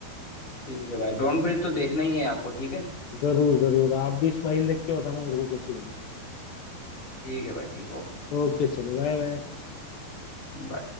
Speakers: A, on the left; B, on the left.
A: ठीक है भाई डॉन ब्रीथ तो देखना ही है आपको ठीक है
B: हैं जरूर जरूर आप भी स्माइल देख के बताना मेरे को कैसी लगी
A: ठीक है भाई ठीक
B: ओके चलो बाय बाय
A: ओके